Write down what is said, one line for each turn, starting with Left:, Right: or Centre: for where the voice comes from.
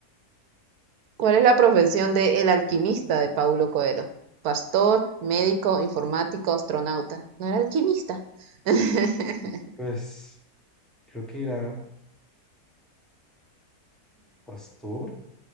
Right: ¿Cuál es la profesión de el alquimista de Paulo Coelho? Pastor, médico, informático, astronauta. ¿No era alquimista? <laughs>
Centre: Pues creo que era pastor